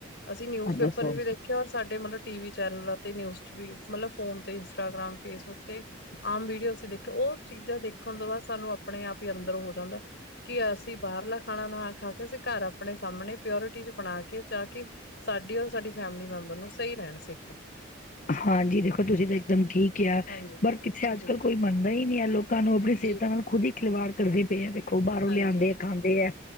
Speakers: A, on the left; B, on the left.
A: ਅਸੀਂ ਨਿਊਜ਼ ਪੇਪਰ
B: ਦੱਸੋ
A: ਚ ਵੀ ਦੇਖਿਆ ਔਰ ਸਾਡੇ ਮਤਲਬ ਟੀ ਵੀ ਚੈਨਲ ਅਤੇ ਨਿਊਜ਼ ਵੀ ਮਤਲਬ ਫੋਨ ਤੇ ਇੰਸਟਾਗ੍ਰਾਮ ਫੇਸਬੁੱਕ ਤੇ ਆਮ ਵੀਡੀਓ ਅਸੀਂ ਦੇਖਿਆ ਉਹ ਚੀਜ਼ਾਂ ਦੇਖਣ ਤੋਂ ਬਾਅਦ ਸਾਨੂੰ ਆਪਣੇ ਆਪ ਹੀ ਅੰਦਰ ਹੋ ਜਾਂਦਾ ਕਿ ਅਸੀਂ ਬਾਹਰਲਾ ਖਾਣਾ ਨਾ ਖਾ ਕੇ ਅਸੀਂ ਘਰ ਆਪਣੇ ਸਾਹਮਣੇ ਪਿਓਰਿਟੀ ਚ ਬਣਾ ਕੇ ਜਾ ਕੇ ਸਾਡੀ ਔਰ ਸਾਡੀ ਫੈਮਿਲੀ ਮੈਂਬਰ ਨੂੰ ਸਹੀ ਰਹਿਣ ਸਿਹਤ
B: ਹਾਂਜੀ ਦੇਖੋ ਤੁਸੀਂ ਤਾਂ ਇੱਕਦਮ ਠੀਕ ਕਿਹਾ।
A: ਹਾਂਜੀ,
B: ਪਰ ਕਿੱਥੇ ਅੱਜ
A: ਜੀ,
B: ਕੱਲ੍ਹ ਕੋਈ ਮੰਨਦਾ ਹੀ ਨਹੀਂ ਹੈ ਲੋਕਾਂ ਨੂੰ ਆਪਣੀ ਸਿਹਤਾਂ
A: ਜੀ,
B: ਨਾਲ ਖੁਦ ਹੀ ਖਿਲਵਾੜ ਕਰਦੇ ਪਏ ਆ ਦੇਖੋ ਬਾਹਰੋਂ
A: ਹਾਂਜੀ,
B: ਲਿਆਂਦੇ ਆ ਖਾਂਦੇ ਆ।